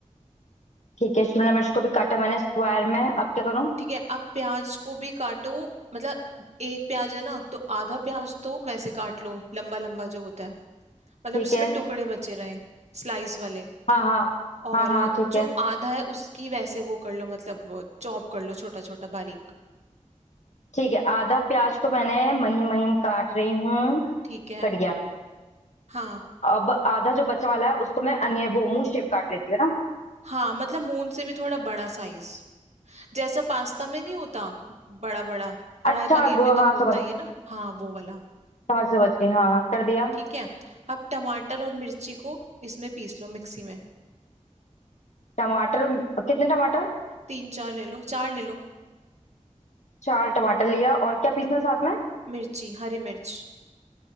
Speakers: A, on the left; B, on the right.
A: ठीक है शिमला मिर्च को भी काटा मैंने स्क्वायर में अब क्या करूँ
B: ठीक है अब प्याज को भी काटो मतलब एक प्याज है ना तो आधा प्याज तो वैसे काट लो लंबा लंबा जो होता है मतलब
A: ठीक
B: जिसमें
A: है
B: टुकड़े बचे रहे स्लाइस वाले
A: हाँ हाँ
B: और
A: हाँ हाँ ठीक है
B: जो आधा है उसकी वैसे वो कर लो मतलब चॉप कर लो छोटा छोटा बारीक
A: ठीक है आधा प्याज को मैंने महीन महीन काट रही हूँ
B: ठीक है
A: कट गया
B: हाँ
A: अब आधा जो बचा वाला है उसको मैं अनियन वो मून शेप काट लेती है ना
B: हाँ मतलब मून से भी थोड़ा बड़ा साइज जैसा पास्ता में नहीं होता बड़ा बड़ा कढ़ाई
A: अच्छा
B: पनीर
A: गो
B: में तो
A: हाँ
B: होता
A: समझ
B: ही है ना हाँ वो वाला
A: समझ समझ गई हाँ हाँ कर दिया
B: ठीक है अब टमाटर और मिर्ची को इसमें पीस लो मिक्सी में
A: टमाटर कितने टमाटर
B: तीन चार ले लो चार ले लो
A: चार टमाटर लिया और क्या पीसना साथ में
B: मिर्ची हरी मिर्च